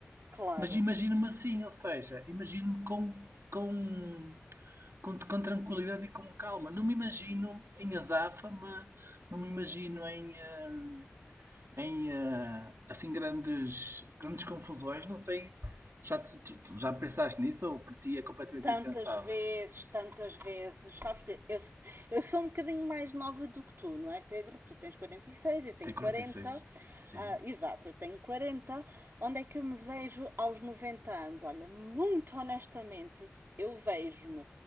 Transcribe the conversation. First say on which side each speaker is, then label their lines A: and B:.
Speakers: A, on the right; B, on the right.
A: claro.
B: mas imagino-me assim, ou seja, imagino-me com, com com, com tranquilidade e com calma. Não me imagino em azáfama, não me imagino em, hum, em ah, assim grandes, grandes confusões. Não sei, já, te- tu- tu já pensaste nisso ou para ti é completamente
A: Tantas
B: impensável?
A: vezes, tantas vezes. Sabes que eu, eu sou um bocadinho mais nova do que tu, não é, Pedro? Tu tens 46, eu tenho
B: Tem quarenta
A: 40.
B: e seis Sim.
A: Ah, exato, eu tenho 40. Onde é que eu me vejo aos 90 anos? Olha, muito honestamente, eu vejo-me